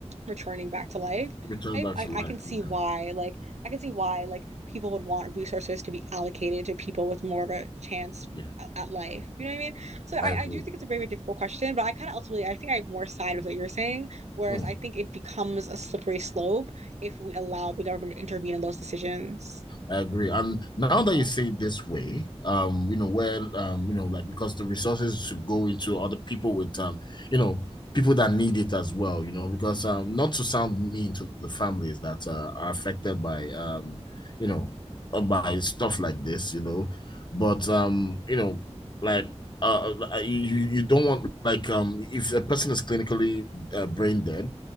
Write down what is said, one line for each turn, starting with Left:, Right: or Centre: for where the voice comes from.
Right: returning back to life,
Left: return
Right: I,
Left: back
Right: I
Left: to life
Right: I can see
Left: yeah
Right: why like I can see why like people would want resources to be allocated to people with more of a chance
Left: yeah
Right: at life. You know what I mean? So I,
Left: i agree
Right: I do think it's a very, very difficult question, but I kind of ultimately I think I have more side with what you're saying, whereas
Left: Hmm.
Right: I think it becomes a slippery slope if we allow the government to intervene in those decisions,
Left: I agree. And now
Right: you
Left: that you
Right: know?
Left: say it this way, um, you know, where um, you know, like because the resources should go into other people with um, you know, people that need it as well, you know, because um, not to sound mean to the families that uh, are affected by um, you know, uh, by stuff like this, you know, but um,
Right: Mhm.
Left: you know, like uh, you you don't want like um, if a person is clinically uh, brain dead,